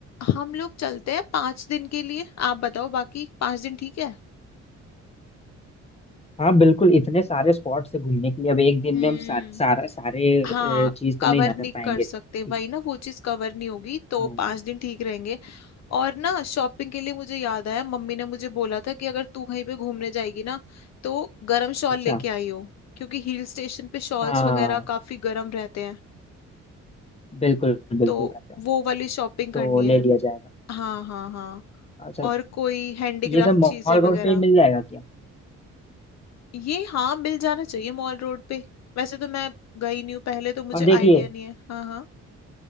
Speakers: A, on the left; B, on the left.
A: हम लोग चलते हैं पाँच दिन के लिए आप बताओ बाकी पाँच दिन ठीक है
B: हाँ बिल्कुल इतने सारे स्पॉट्स है घूमने के लिए अब एक दिन
A: हम्म
B: में हम सार, सारा सारे
A: हाँ
B: चीज तो
A: कवर
B: नहीं ना कर
A: नहीं
B: पाएंगे
A: कर
B: ठीक,
A: सकते वही ना वो चीज कवर नहीं होगी तो
B: हाँ,
A: पांच दिन ठीक रहेंगे और ना शॉपिंग के लिए मुझे याद आया मम्मी ने मुझे बोला था कि अगर तू कहीं पे घूमने जाएगी ना तो गरम शॉल
B: अच्छा
A: लेके आई हो क्योंकि हिल स्टेशन पे शॉल्स
B: हाँ
A: वगैरह काफी गरम रहते हैं
B: बिल्कुल बिल्कुल
A: तो
B: रहता है
A: वो वाली शॉपिंग
B: तो
A: करनी
B: ले
A: है
B: लिया जाएगा
A: हाँ हाँ हाँ
B: अच्छा
A: और कोई हैंडीक्राफ्ट
B: ये सब
A: चीजें
B: मॉल
A: वगैरह
B: रोड पे ही मिल जाएगा क्या
A: ये हाँ मिल जाना चाहिए मॉल रोड पे वैसे तो मैं गई नहीं हूँ पहले तो मुझे
B: और देखिए
A: आइडिया नहीं है हाँ हाँ